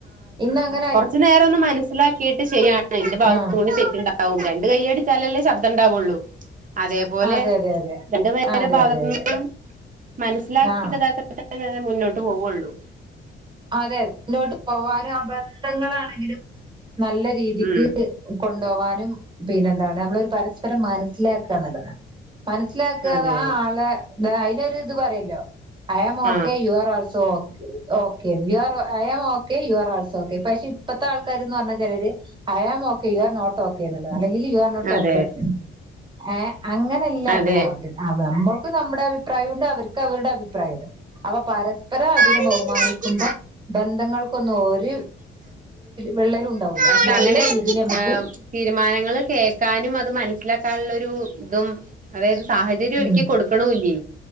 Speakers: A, on the right; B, on the right.
A: ഇന്നങ്ങനെ
B: കുറച്ച് നേരന്ന് മനസ്സിലാക്കിട്ട് ശരിയാണ് എന്റെ ഭാഗത്ത്
A: ആഹ്
B: കൂടി തെറ്റുണ്ടോ <unintelligible> രണ്ട് കൈ അടിച്ചാലല്ലേ ശബ്ദം ഉണ്ടാവുള്ളൂ അതേപോലെ
A: അതെ അതെ അതെ
B: രണ്ട് പേരെ
A: ആഹ് അതെ
B: ഭാഗത്തു
A: അതെ അതെ
B: നിന്നും മനസ്സിലാക്കിട്ട
A: ആഹ്
B: <unintelligible> മുന്നോട്ട് പോവുള്ളൂ
A: അതെ അതെ മുന്നോട്ട് പോവാനും അ ഞങ്ങളാണെങ്കിലും നല്ല രീതിക്ക്
B: ഉം
A: കൊ ണ്ടോവാനും പിന്നെ എന്താണ് നമ്മളൊരു പരസ്പരം മനസ്സിലാക്കുക എന്നുള്ളതാണ്. മനസ്സിലാക്കാ
B: അതെ
A: ആ ആളെ അതിനൊരു ഇത് പറയല്ലോ അയാം
B: ആ
A: okay you are all <inaudible> oh okay <unintelligible> also okay പക്ഷെ ഇപ്പ <unintelligible> ആൾക്കാരന്ന് പറഞ്ഞാ ചിലര് I am okay you are not okay എന്നുള്ളതാ അല്ലെങ്കിൽ യു ആർ നോട്ട പെർഫെക്റ്റ്
B: അതെ
A: ഏഹ് അങ്ങനെയല്ല നമ്മള
B: അതെ
A: <unintelligible> <unintelligible> നമ്മുടെ അഭിപ്രായമുണ്ട് അവർക്ക് അവരുടെ അഭിപ്രായണ്ട് അപ്പോ പരസ്പരം അതിനെ
B: അതെ
A: ബഹുമാനി ക്കുമ്പോ ബന്ധങ്ങൾക്കൊന്നും ഒരു വെള്ളൽ ഉണ്ടാവൂല
B: പക്ഷെ
A: നല്ല
B: അങ്ങനെ
A: രീതിൽ നമക്ക് <unintelligible>
B: <unintelligible> തീരുമാനങ്ങൾ കേൾക്കാനും അത് മനസ്സി മനസ്സിലാക്കാനുള്ള ഒര് ഇതും അതായത് സാഹചര്യം ഒരുക്കി
A: ഉം
B: കൊടുക്ക് ണൂല്ലേ